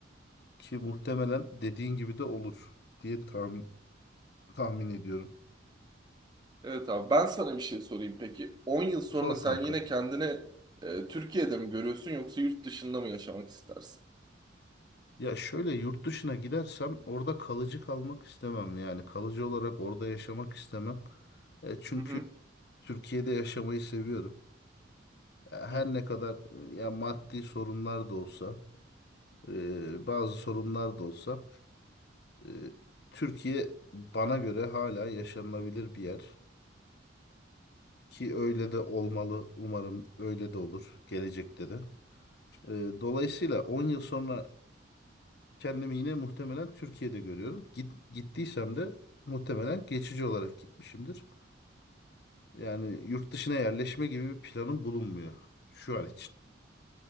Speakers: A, on the left; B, on the right.
A: Ki muhtemelen dediğin gibi de olur diye tahmin tahmin ediyorum.
B: Evet abi ben sana bir şey sorayım peki. 10 yıl sonra
A: Zor
B: sen
A: kanka.
B: yine kendini e, Türkiye'de mi görüyorsun yoksa yurt dışında mı yaşamak istersin?
A: Ya şöyle yurt dışına gidersem orada kalıcı kalmak istemem. Yani kalıcı olarak orada yaşamak istemem. E, çünkü
B: Hı hı.
A: Türkiye'de yaşamayı seviyorum. E, Her
B: Hı.
A: ne kadar e, ya maddi sorunlar da olsa, e, bazı sorunlar da olsa, e, Türkiye bana göre hala yaşanılabilir bir yer. Ki öyle de olmalı. Umarım öyle de olur gelecekte de. E, dolayısıyla 10 yıl sonra Kendimi yine muhtemelen Türkiye'de görüyorum. Git, gittiysem de muhtemelen geçici olarak gitmişimdir. Yani yurt dışına yerleşme gibi bir planım bulunmuyor şu an için.